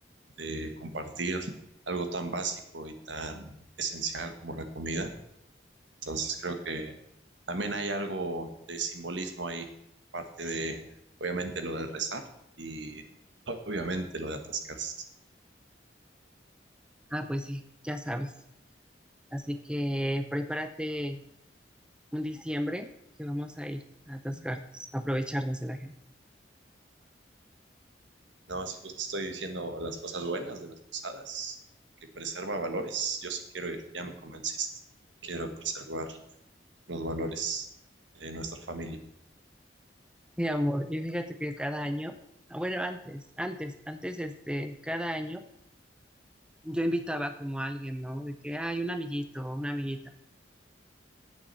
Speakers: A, on the right (about 80°); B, in the centre.
A: de compartir algo tan básico y tan esencial como la comida. Entonces creo que también hay algo de simbolismo ahí, parte de, obviamente, lo de rezar y obviamente lo de atascarse.
B: Ah, pues sí, ya sabes. Así que prepárate un diciembre que vamos a ir a atascarnos, a aprovecharnos de la gente.
A: No, si justo estoy diciendo las cosas buenas de las posadas, que preserva valores. Yo sí quiero ir, ya me convenciste. Quiero preservar los valores de nuestra familia.
B: Sí, amor, y fíjate que cada año, ah, bueno, antes, antes, antes, este, cada año yo invitaba como a alguien, ¿no? De que hay un amiguito o una amiguita